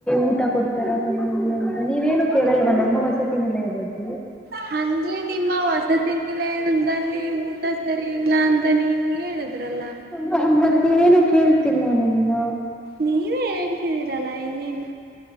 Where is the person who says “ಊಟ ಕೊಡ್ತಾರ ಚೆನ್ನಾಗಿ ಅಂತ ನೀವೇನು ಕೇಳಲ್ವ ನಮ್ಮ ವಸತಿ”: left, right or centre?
Centre